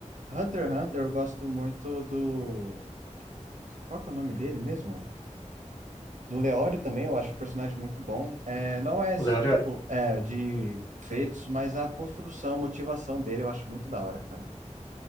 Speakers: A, on the right; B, on the left.
A: Hunter x Hunter, eu gosto muito do Qual que é o nome dele mesmo? do Leório também, eu acho um personagem muito bom. É, não é esse
B: O Leório
A: tipo
B: é.
A: é, de feitos, mas a construção, motivação dele eu acho muito da hora, cara.